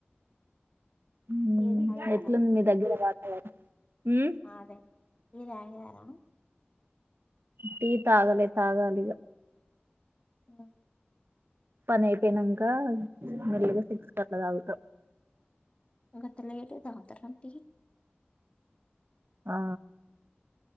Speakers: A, on the right (about 65°); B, on the left (about 30°).
A: ఉమ్
B: టీ తాగారా
A: ఎట్లుంది మీ దగ్గర వాతావరణం ఉమ్,
B: ఆండి టీ తాగార
A: టీ తాగాలే తాగాలిగ
B: మ్
A: పని అయిపోయినంక మెల్లిగ సిక్స్ కట్ల తాగుతా
B: గంత లేటుగా తాగుతారా టీ
A: ఆ